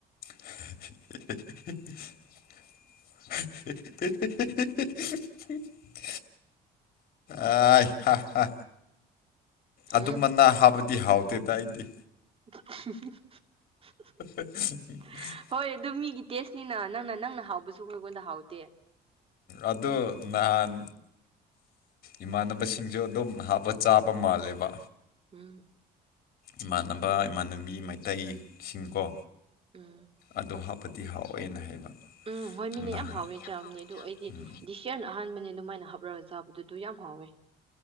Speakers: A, on the left; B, on the right.
A: <inaudible> <unintelligible> <inaudible> <inaudible> ꯑꯦ ꯍ ꯍꯥ
B: ꯍꯝ
A: ꯑꯗꯨꯝꯕꯅꯥ ꯍꯥꯞꯄꯗꯤ ꯍꯥꯎꯇꯦꯗ ꯑꯩꯗꯤ
B: <inaudible> <unintelligible>
A: <inaudible> <unintelligible>
B: ꯍꯣꯏ ꯑꯗꯨ ꯃꯤꯒꯤ ꯇꯦꯁꯅꯤꯅ ꯅꯪꯅ ꯅꯪꯅ ꯍꯥꯎꯕꯁꯨ ꯑꯩꯉꯣꯟꯗ ꯍꯥꯎꯗꯦ
A: ꯑꯗꯣ ꯅꯍꯥꯟ ꯏꯃꯥꯟꯅꯕꯁꯤꯡꯁꯨ ꯑꯗꯨꯝ ꯍꯥꯞꯄ ꯆꯥꯕ ꯃꯥꯜꯂꯦꯕ
B: ꯎꯝ
A: ꯏꯃꯥꯟꯅꯕ ꯏꯃꯥꯟꯅꯕꯤ ꯃꯩꯇꯩꯁꯤꯡꯀꯣ
B: ꯎꯝ
A: ꯑꯗꯨ ꯍꯥꯞꯄ ꯇꯤꯍꯥꯎꯦꯅ ꯍꯥꯏꯕ
B: ꯎꯝ ꯍꯣꯏ ꯃꯤꯅꯦ
A: ꯅꯍꯥꯟ
B: ꯌꯥꯝ ꯍꯥꯎꯋꯦ ꯆꯥꯕꯅꯦ ꯑꯗꯨꯗ ꯑꯩꯗꯤ
A: ꯎꯝ
B: ꯗꯤꯁ ꯌꯔꯅ ꯑꯍꯥꯟꯕꯅꯦ ꯑꯗꯨꯃꯥꯏꯅ ꯍꯥꯞꯂꯒ ꯆꯥ ꯑꯗꯨꯗꯨ ꯌꯥꯝ ꯍꯥꯎꯋꯦ